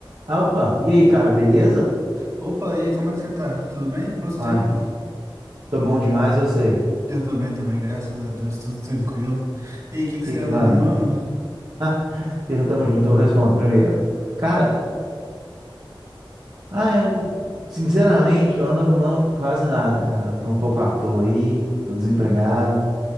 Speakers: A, on the right; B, on the right.
A: Ah, opa, e aí, cara, beleza?
B: Opa, e aí, como é que você tá? Tudo bem? Quanto
A: Uai,
B: tempo?
A: tô bom demais, e você? O
B: Eu tô bem também, graças a Deus, tudo tranquilo. E aí, o que que
A: que
B: você
A: que
B: anda
A: manda?
B: arrumando?
A: <laughs> Perguntamos junto, eu respondo primeiro. Cara, ah, eu, sinceramente, eu ando arrumando quase nada, cara. Eu tô um pouco à toa aí, tô desempregado,